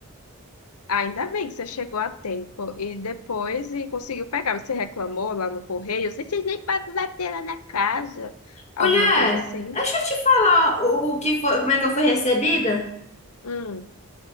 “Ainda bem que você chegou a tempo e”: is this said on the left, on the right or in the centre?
Left